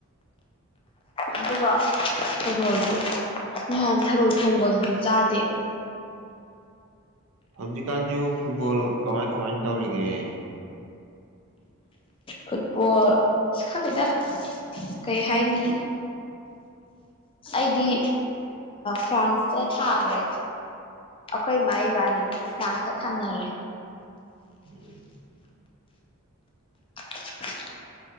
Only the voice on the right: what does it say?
ꯍꯧꯖꯤꯛꯀꯥꯟꯁꯤꯕꯨ ꯐꯨꯠꯕꯣꯜ ꯀꯃꯥꯏ ꯀꯃꯥꯏꯅ ꯇꯧꯔꯤꯒꯦ꯫
ꯎꯝ꯫